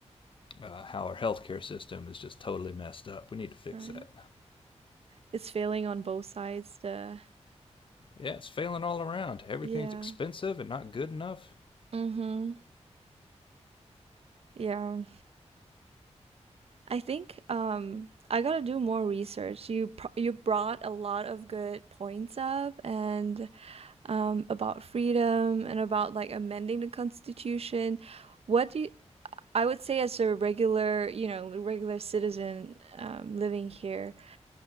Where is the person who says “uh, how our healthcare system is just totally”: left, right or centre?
Left